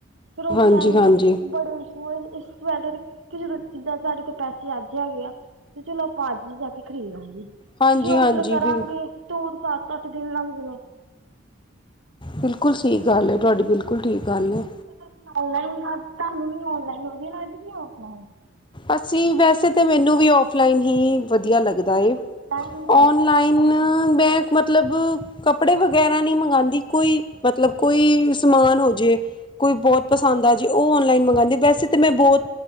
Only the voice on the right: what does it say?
ਫਿਰ ਉਸ
ਟਾਈਮ
ਬੜੇ ਹੋਏ ਇਸ ਜਿੱਦਾਂ ਸਾਡੇ ਕੋਲ ਪੈਸੇ ਅੱਜ ਹੈਗੇ ਆ। ਤੇ ਚਲੋ ਆਪਾਂ ਅੱਜ ਹੀ ਜਾ ਕੇ ਖਰੀਦ ਲਾਗੇ।
ਜੇ
ਔਡਰ ਕਰਾਂਗੇ।
ਨੂਰ ਸੱਤ-ਅੱਠ ਦਿਨ ਲੱਗ ਜਾਨੇ।
ਤੁਸੀ ਔਨਲਾਈਨ ਕਰਹਾਨੂੰ ਔਨਲਾਈਨ ਵਧੀਆ ਲੱਗਦਾ ਕਿ ਔਫਲਾਈਨ।
Offline best.